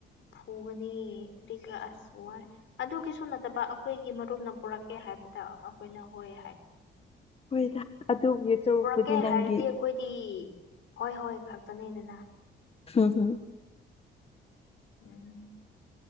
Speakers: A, on the left (about 75°); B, on the left (about 30°).
A: ꯐꯨꯒꯅꯤ ꯀꯗꯤ ꯈꯔ ꯑꯁ ꯋꯥꯔꯦ ꯑꯗꯨꯒꯤꯁꯨ ꯅꯠꯇꯕ ꯑꯩꯈꯣꯏꯒꯤ ꯃꯔꯨꯞꯅ ꯄꯨꯔꯛꯀꯦ ꯍꯥꯏꯕꯗ ꯑꯩꯈꯣꯏꯅ ꯍꯣꯏ ꯍꯥꯏ
B: ꯍꯣꯏꯗ ꯑꯗꯨꯒꯤ ꯆꯔꯨꯛꯄꯨꯗꯤ
A: ꯄꯨꯔꯛꯀꯦ
B: ꯅꯪꯒꯤ
A: ꯍꯥꯏꯔꯗꯤ ꯑꯩꯈꯣꯏꯗꯤ ꯍꯣꯏ ꯍꯣꯏ ꯈꯛꯇꯅꯤꯗꯅ꯫
B: ꯍꯨ ꯍꯝ
A: ꯎꯝ